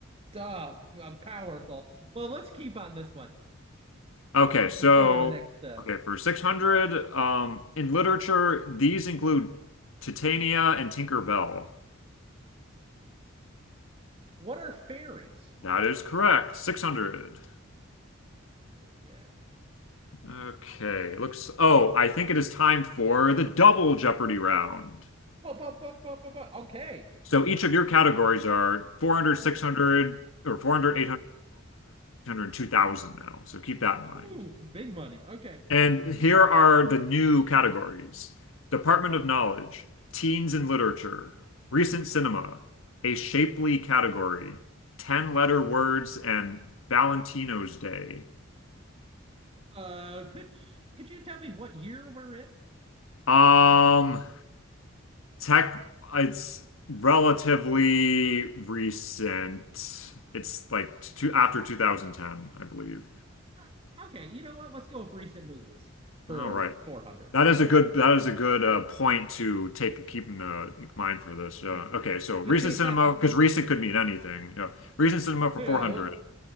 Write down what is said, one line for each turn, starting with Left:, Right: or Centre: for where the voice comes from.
Right: Duh, uh, powerful. Well, let's keep on this one.
Left: Okay, so
Right: Let's go to the next. Uh,
Left: okay, for 600, um in literature, these include Titania and Tinker Bell.
Right: what are fairies?
Left: That is correct. 600.
Right: Oh, yeah.
Left: Okay, looks oh, I think it is time for the double Jeopardy round.
Right: Ba, ba, ba, ba, ba, ba. Okay.
Left: So each of your categories are 400,
Right: <laughs>
Left: six hundred, or 400, now. So keep that in mind.
Right: Ooh, big money. Okay.
Left: And here are the new categories: Department of Knowledge, Teens and Literature, Recent Cinema, A Shapely Category, 10 Letter Words, and Valentino's Day.
Right: Uh, could could you tell me what year we're in?
Left: Um, tech, it's relatively recent. It's like two, after 2010, I believe.
Right: Uh, okay, you know what? Let's go with recent movies for
Left: All right.
Right: 400.
Left: That is a good that is a good uh, point to take keep in the mind for this. Uh,
Right: <laughs>
Left: okay, so recent
Right: Yeah.
Left: cinema because recent could mean anything. Yeah, recent cinema for
Right: Yeah.
Left: 400.